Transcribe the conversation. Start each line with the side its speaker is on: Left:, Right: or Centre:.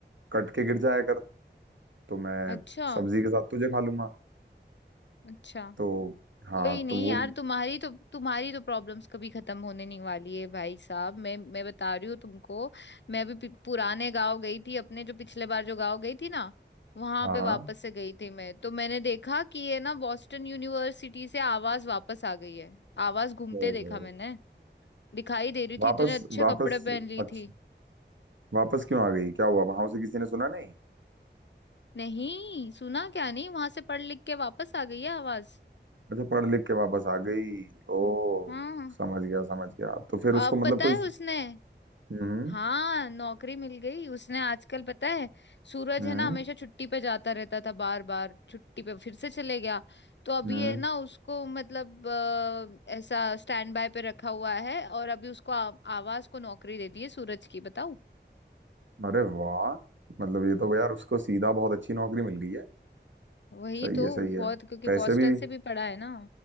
Right: कट के गिर जाया कर तो मैं
Left: अच्छा
Right: सब्जी के साथ तुझे खा लूंगा
Left: अच्छा
Right: तो हाँ
Left: कोई नहीं
Right: तो वो
Left: यार तुम्हारी तो तुम्हारी तो प्रॉब्लम्स कभी खत्म होने नहीं वाली है भाई साहब मैं मैं बता रही हूँ तुमको मैं अभी पि- पुराने गांव गई थी अपने जो पिछले बार जो गांव गई थी ना वहां
Right: हाँ
Left: पे
Right: हाँ
Left: वापस से गई थी मैं तो मैंने देखा कि ये ना बॉस्टन यूनिवर्सिटी से आवाज वापस आ गई है आवाज घूमते
Right: ओहो।
Left: देखा मैंने दिखाई दे रही
Right: वापस
Left: थी इतने अच्छे
Right: वापस
Left: कपड़े पहन ली
Right: अच्छा
Left: थी
Right: वापस क्यों आ गई क्या हुआ वहां से किसी ने सुना नहीं
Left: नहीं सुना क्या नहीं वहां से पढ़ लिख के वापस आ गई है आवाज
Right: अच्छा पढ़ लिख के वापस आ गई ओ
Left: हाँ
Right: समझ गया समझ गया तो फिर उसको
Left: अब
Right: मतलब
Left: पता
Right: कोई
Left: है उसने
Right: हम्म
Left: हाँ नौकरी मिल गई उसने आजकल पता है सूरज
Right: हम्म
Left: है ना हमेशा छुट्टी पे जाता रहता था बार बार छुट्टी पे फिर से चले गया तो अभी
Right: हम्म
Left: ये ना उसको मतलब अ, ऐसा स्टैंड बाय पे रखा हुआ है और अभी उसको आ, आवाज को नौकरी दे दी है सूरज की बताओ
Right: अरे वाह मतलब ये तो यार उसको सीधा बहुत अच्छी नौकरी मिल गई है
Left: वही
Right: सही
Left: तो
Right: है सही है
Left: बहुत क्योंकि
Right: पैसे
Left: बॉस्टन
Right: भी
Left: से भी पढ़ा है ना